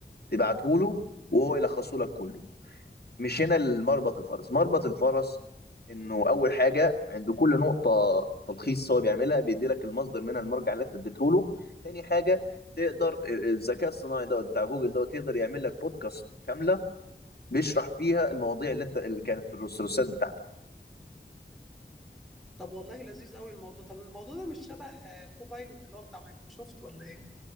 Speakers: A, on the left; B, in the centre.
A: تبعته له وهو يلخصه لك كله مش هنا المربط الفرس مربط الفرس انه اول حاجه عند كل نقطه تلخيص هو بيعملها بيدي لك المصدر منها المرجع اللي انت اديته له تاني حاجه تقدر آه، آه، الذكاء الصناعي دوت بتاع جوجل دوت يقدر يعمل لك بودكاست كامله بيشرح فيها المواضيع اللي انت اللي كانت في الرسالات بتاعتك
B: طب والله لذيذ قوي الموضوع طب الموضوع ده مش شبه آه، كوبايلوت اللي هو بتاع مايكروسوفت ولا إيه